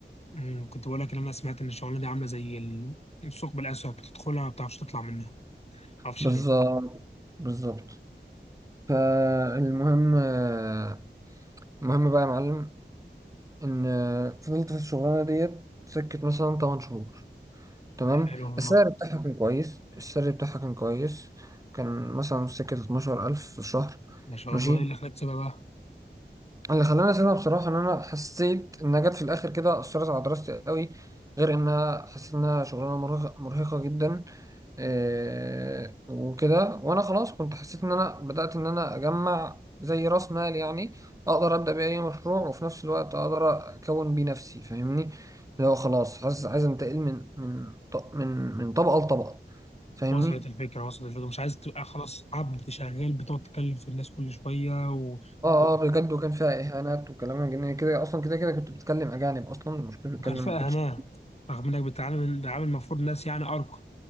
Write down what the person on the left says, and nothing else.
أمم، كنت بقول لك ان انا سمعت ان الشغلانه دي عامله زي ال- الثقب الاسود بتدخلها ما بتعرفش تطلع منها ما اعرفش
ليه
حلو والله
ما شاء
الله ايه اللي خلاك تسيبها بقى
وصلت الفكره وصلت الفكره مش عايز تبقى خلاص عبد شغال بتقعد تتكلم في الناس كل شويه و...
و-
وكرفاء
هناء رغم انك بتتعامل بتعامل المفروض ناس يعني ارقى